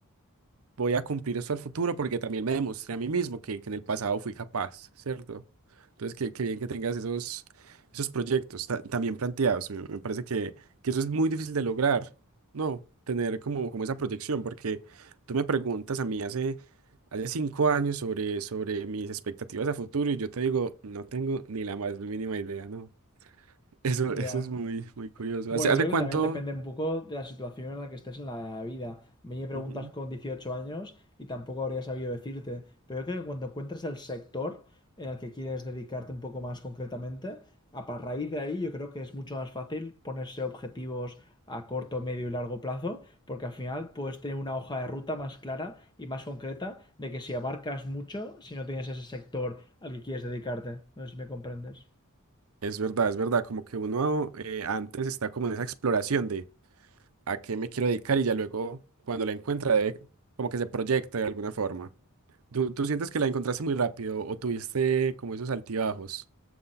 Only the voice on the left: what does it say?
Ya,
Bueno,
yo creo
que también depende un poco de la situación en la que estés en la vida. A mí me preguntas
con 18 años y tampoco habría sabido decirte, pero yo creo que cuando encuentres el sector en el que quieres dedicarte un poco más concretamente, a pa- raíz de ahí yo creo que es mucho más fácil ponerse objetivos a corto, medio y largo plazo, porque al final puedes tener una hoja de ruta más clara y más concreta de que si abarcas mucho, si no tienes ese sector al que quieres dedicarte. No sé si me comprendes.